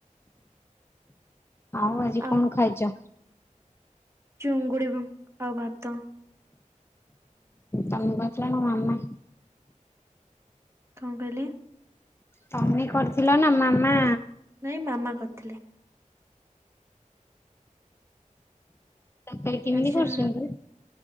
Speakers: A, on the left; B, on the right.
A: ଆଉ ଆଜି
B: ଆ
A: କଣ ଖାଇଚ?
B: ଚୁଙ୍ଗୁଡ଼ି ରୁ ଆଉ ଭାତ।
A: ତମେ କରିଛ ନ ମାମା।
B: କଣ କଇଲେ?
A: ତମି କରିଥିଲ ନା ମାମା?
B: ନାଇଁ ମାମା କରିଥିଲେ।
A: ତରକାରୀ କେମିତି
B: ଆଚ୍ଛା।
A: କରୁଛନ୍ତି?